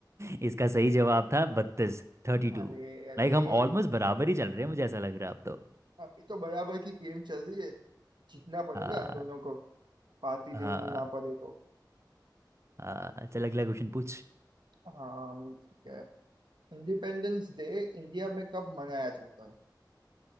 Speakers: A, on the right; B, on the right.
A: <laughs> इसका सही जवाब था बत्तीस थर्टी
B: अरे
A: टू
B: अरे
A: लाइक हम ऑलमोस्ट बराबर ही चल रहे हैं मुझे ऐसा लग रहा है अब तो
B: अभी तो बराबर की गेम चल रही है जीतना पड़ेगा
A: हाँ
B: दोनों को पार्टी देनी
A: हाँ
B: ना पड़े तो
A: हाँ चल अगला क्वेश्चन पूछ
B: हाँ ठीक है इंडिपेंडेंस डे इंडिया में कब मनाया जाता है